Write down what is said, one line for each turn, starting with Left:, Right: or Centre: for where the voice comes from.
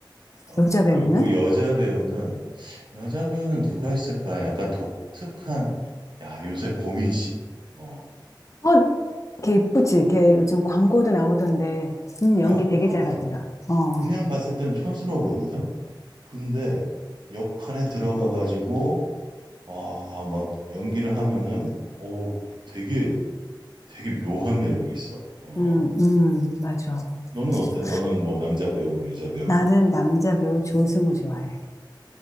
Right: 어.
Left: 여자 배우는?
Right: 그리고 여자 배우는 여자 배우는 누가 있을까? 약간 독특한 야 요새 고민 씨. 어,
Left: 어, 걔 이쁘지. 걔 요즘 광고도 나오던데. 음, 연기
Right: 약간
Left: 되게 잘하더라. 어,
Right: 그냥 봤을 때는 촌스러워 보이거든. 근데 역할에 들어가 가지고 아 막 연기를 하면은 오 되게 되게 묘한 매력이 있어. 어,
Left: 음, 음, 맞아.
Right: 어. 너는
Left: 맞아.
Right: 어때? 너는 뭐 남자 배우, 여자 배우
Left: 나는 남자 배우 조승우 좋아해.